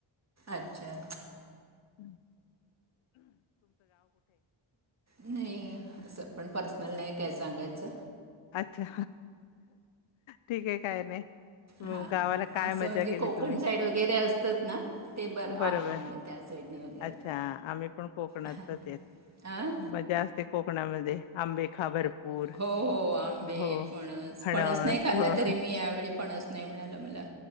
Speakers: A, on the right (about 30°); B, on the left (about 70°).
A: अच्छा.
B: हं.
A: नाही अस आपण पर्सनल नाही काय सांगायचं.
B: अच्छा ठीक आहे. काय नाही. मग
A: हा हा.
B: गावाला काय
A: असं
B: मजा
A: म्हणजे
B: केली
A: कोकण
B: तुम्ही?
A: साईड वगैरे असतात ना, ते बरं
B: बरोबर
A: आहे, म्हणजे त्या साईडनी वगैरे.
B: अच्छा आम्ही पण कोकणातलंच
A: हा
B: आहेत.
A: आं?
B: मजा असते कोकणामध्ये. आंबे खा भर पूर.
A: हो हो आंबे
B: हो,
A: फणस
B: फणस
A: नाही खाल्ला
B: हो.
A: तरी मी यावेळी फणस नाही मिळालं मला